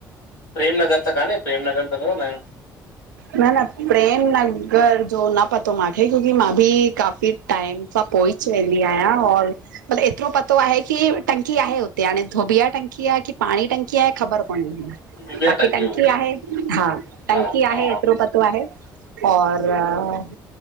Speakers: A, on the left; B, on the right.
A: प्रेम नगर त कान्हे प्रेमनगर त न रहंदा आहिन?
B: न न प्रेम नगर जो न पतो त मूंखे क्योंकि मां बि काफ़ी टाइम खां पोए वेंदी आहियां और मतिलबु एतिरो पतो आहे कि टंकी आहे हुते हाणे धोबिया टंकी आहे कि पाणी टंकी आहे ख़बर कोन आहे?
A: दुबिया
B: बाक़ी टंकी
A: हूंदी
B: आहे हा टंकी
A: हा हा
B: आहे एतिरो पतो आहे और